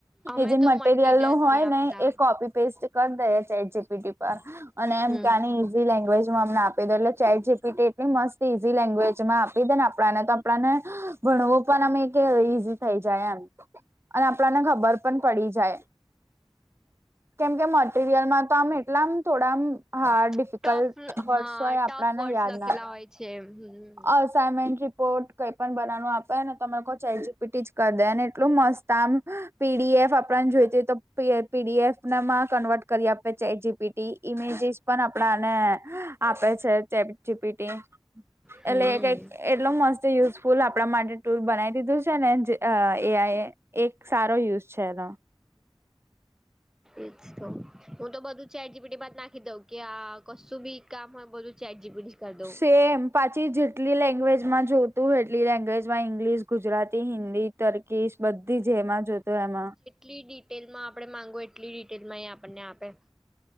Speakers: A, in the centre; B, on the right.
A: અમે
B: એ જે
A: તો
B: મટીરિયલ નું
A: જ
B: હોય
A: નહી આપતા
B: ને એ કોપી પેસ્ટ કરી દેએ ચેટ જીપીટી પર અને એમ
A: હમ
B: કે આની લેંગ્વેજમાં અમને આપી દો એટલે ચેટ જીપીટી એટલી મસ્ત ઇઝી લેંગ્વેજમાં આપી દે દેને આપ પડાને તો આપડાને ભણવું પણ અમે કે ઈઝી થઈ જાય એમ અને આપડાને ખબર પણ પડી જાય. કેમ કે મટીરિયલમાં તો આમ એટલામ થોડા આમ હા ડિફિકલ્ટ
A: ટફ
B: વર્ડસ
A: હા
B: હોય
A: ટફ
B: આપડાને
A: વર્ડસ
B: યાદ
A: લખેલા
B: ના
A: હોય છે હમ.
B: અસાાઈનમેન્ટ રિપોર્ટ કંઈ પણ બનાવનું આપે ને તો મેં તો ચેટ જીપીટી જ કરી દે અને એટલું મસ્ત આમ પીડીએફ આપડાને જોઈતી હોય તો પીડીએફ નામાં કન્વર્ટ કરી આપે ચેટ જીપી ઇમેજીસ પણ આપડાને આપે છે ચેટ જીપીટી.
A: હમ
B: એલે એ કંઈક એટલો મસ્ત યુઝફુલ આપડા માટે ટુલ બનાવી દીધું છે ને જે એ આઈ એ. એક સારો યુઝ છે એનો.
A: એ જ તો હું તો બધું ચેટ જીપીટીમાંજ નાખી દઉં કે આ કશું બી કામ હોય બોધું ચેટ જીપીટી કર દો.
B: સેમ પાછી જેટલી લેંગ્વેજમાં જોતું એટલી લેંગ્વેજમાં ઇંગ્લિશ, ગુજરાતી, હિન્દી તર્કીશ બધી જે એમાં જોતો એમાં
A: લી ડિટેલ માં આપડે માંગવું એટલી ડિટેલ માં એ આપણને આપે.